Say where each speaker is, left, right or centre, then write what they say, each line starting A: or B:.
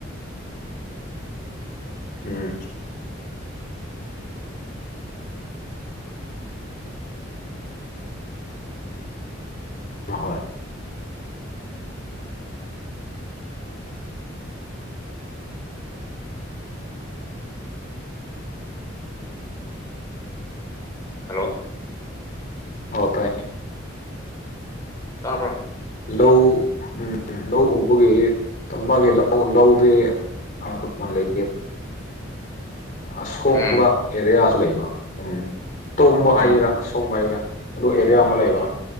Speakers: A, on the left; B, on the left.
A: ꯎꯝ ꯑꯍꯣꯏ
B: ꯍꯜꯂꯣ
A: ꯍ ꯇ
B: ꯇꯥꯕ꯭ꯔꯣ
A: ꯂꯧ ꯎꯝ ꯂꯧ ꯎꯕꯒꯤ ꯇꯄꯥꯛꯒꯤ ꯂꯧ ꯂꯧꯗꯤ ꯑ ꯇ ꯐꯅ ꯂꯩ ꯑꯁꯣꯡꯕ
B: ꯎꯝ
A: ꯑꯦꯔꯤꯌꯥꯁꯨ ꯂꯩꯕ ꯎ ꯇꯣꯡꯕ ꯍꯥꯏꯒꯦꯔꯥ
B: ꯎꯝ
A: ꯑꯁꯣꯡꯕ ꯍꯥꯏꯒꯦꯔꯥ ꯑꯗꯨ ꯑꯦꯔꯤꯌꯥ ꯑꯃ ꯂꯩꯕ